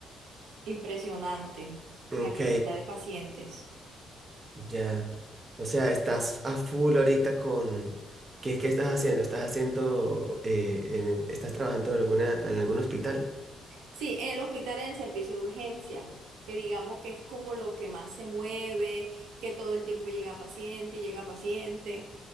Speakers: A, on the right; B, on the right.
A: impresionante,
B: ok,
A: la cantidad de pacientes.
B: ya. O sea, estás a full ahorita con... ¿Qué, qué estás haciendo? ¿Estás haciendo... eh, en- estás trabajando en alguna, en algún hospital?
A: Sí, en el hospital, en el servicio de urgencia, que digamos que es como lo que más se mueve, que todo el tiempo llega paciente y llega paciente,